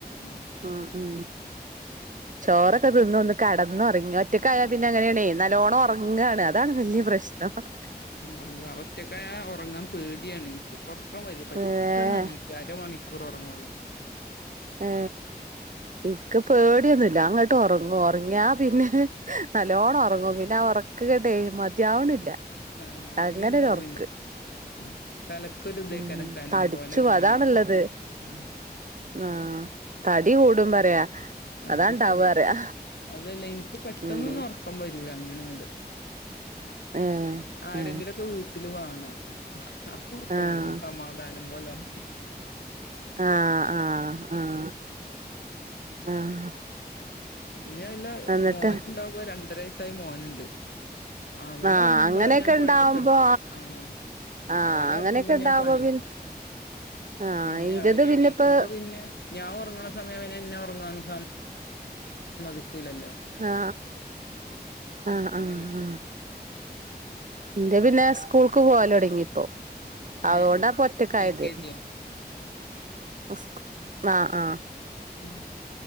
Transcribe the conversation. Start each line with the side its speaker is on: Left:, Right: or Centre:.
Left: ഉം
Right: ആഹ് ഉം ചോറൊക്കെ തിന്ന ഒന്ന് കടന്നൊർങ്ങി ഒറ്റക്കായാ പിന്നെ അങ്ങനേണേ നല്ലോണൊർങ്ങാണ് അതാണ് വല്യ പ്രശ്നം നം
Left: ഉം <unintelligible> ഒറ്റക്കായാ ഉർങ്ങാൻ പേടിയാണ് ഇൻക്ക് ഒർ ക്കം വരൂല പെട്ടെന്ന്
Right: ഏഹ്
Left: എണീക്കും അരമണിക്കൂറ് ഒറങ്ങുള്ളൂ
Right: ഏ ഇൻക്ക്‌ പേടിയൊന്നുല്ല അങ്ങ ട്ടൊറങ്ങും ഒർങ്ങിയാ പിന്നെ നല്ലോണം ഒറങ്ങും പിന്നെ ക്ക്‌ങ്ങട്ടെ മതിയാവ്ണില്ല
Left: ആഹ് അങ്ങനെണ്ടാവും
Right: അങ്ങനൊരൊർക്ക്
Left: പിന്നെ ഉം തലക്കൊരു തേക്കാരം
Right: ഉം
Left: കനം
Right: തടിച്ചു
Left: പോലെ പിന്നെണീക്കു
Right: അതാണുള്ളത്
Left: ഉം
Right: ആഹ് തടി കൂടും പറയാ
Left: ആ
Right: അതാണ്ടാവ
Left: അത് ശരിയാ
Right: പറയാ
Left: അതല്ല ഇൻക്ക് പെട്ടെന്നൊന്നും
Right: ഉം
Left: ഒർക്ക ഉറക്കം വരൂല അങ്ങനെങ്ങട്ട്
Right: ഏഹ്
Left: ആരെങ്കിലൊക്കെ
Right: ഏഹ്
Left: വീട്ടില് വാണം അപ്പൊർക്കം
Right: ആഹ്
Left: വരും സമാധാനം പോലൊർങ്ങും
Right: ആഹ് ആഹ് ആഹ് ആഹ്
Left: പിന്നെ വല്ല
Right: എന്നിട്ട്
Left: മോനുണ്ടാവുമ്പോ രണ്ടര വയസായ മോനുണ്ട് അവനൊർങ്ങുമ്പളാ
Right: ആഹ് അങ്ങനെയൊക്കെ
Left: ഞാൻ പണിയൊക്കെ
Right: ഉണ്ടാവുമ്പോ
Left: എടുക്ക ആഹ്
Right: ആഹ്
Left: അവനൊർങ്ങുമ്പോ
Right: അങ്ങനെയൊക്കെ ഉണ്ടാവുമ്പോ
Left: ഞാൻ പണിട്ക്കും
Right: പിന്നെ ആഹ്
Left: പിന്നെ
Right: ഇന്റത്
Left: അവനെണീക്കുമ്പോ
Right: പിന്നെപ്പോ
Left: പിന്നെ ഞാൻ ഉർങ്ങ്ണ സമയം പിന്നെന്നെർങ്ങാനും സ മ്മതിക്കൂലല്ലോ
Right: ആഹ് ആഹ്
Left: അങ്ങനല്ലേ
Right: ആഹ് ആഹ് ആഹ് ന്റെ പിന്നെ സ്കൂൾക്ക് പോവലൊട്ങ്ങിപ്പൊ അതോണ്ടാപ്പൊറ്റക്കായത്
Left: ഏ ഏ എൽ കെ ജിയാ
Right: ആഹ് ആഹ്
Left: ഉം